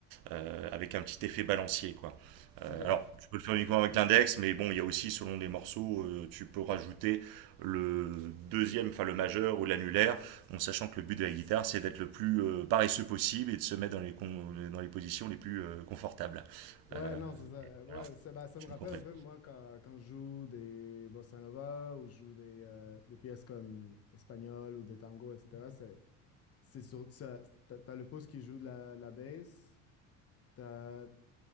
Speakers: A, on the right (about 60°); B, on the left (about 40°).
A: euh, avec un petit effet balancier, quoi. Euh,
B: Ok.
A: alors, tu peux le faire uniquement avec l'index, mais bon, il y a aussi, selon les morceaux, euh, tu peux rajouter le deuxième, enfin le majeur ou l'annulaire, en sachant que le but de la guitare, c'est d'être le plus euh, paresseux possible et de se mettre dans les, con- dans les positions les plus euh, confortables.
B: Ouais,
A: Euh,
B: non, c'est ça. Euh, Ouais,
A: voilà,
B: ça, bah, ça me
A: tu
B: rappelle
A: me contredis.
B: un peu, moi, quand, quand je joue des bossa nova ou je joue des, euh, des pièces comme espagnol ou des tangos, etc. C'est, c'est sur, ça, t'as, t'as le pouce qui joue de la, la basse. T'as,